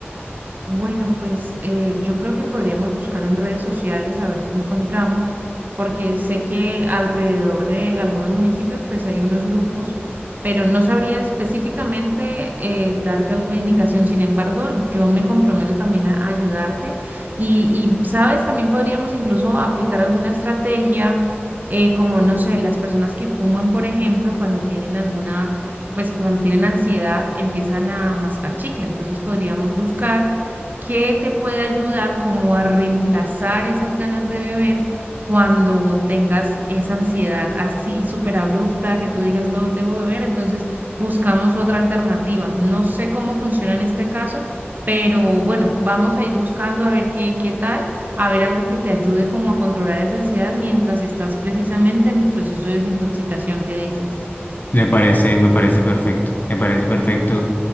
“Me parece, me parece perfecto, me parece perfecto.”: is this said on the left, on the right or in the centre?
Left